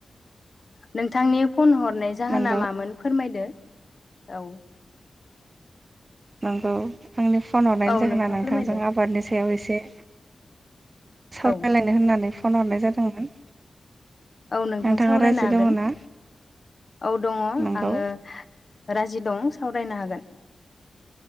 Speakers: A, on the left; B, on the right.
A: नोंथांनि फन हरनाय जाहोन
B: नंगौ
A: मामोन फोरमायदो दे औ
B: नंगौ आंनि फन हरनायनि
A: औ
B: जाहोना
A: नोंथां
B: नोंथांजों
A: फोरमायदो
B: आबादनि सायाव एसे सावरायलायनो
A: औ
B: होननानै फन हरनाय जादोंमोन।
A: औ नोंथां
B: नोंथाङा
A: सावरायनो
B: राजि
A: हागोन
B: दङ ना
A: औ दङ
B: नंगौ
A: आङो राजि दं सावरायनो हागोन